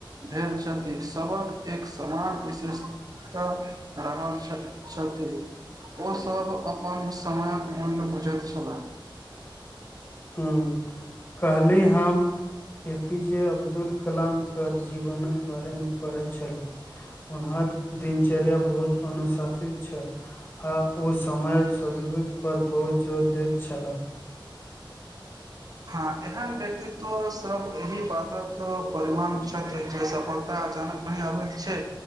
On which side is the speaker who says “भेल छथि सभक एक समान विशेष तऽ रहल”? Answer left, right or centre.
Right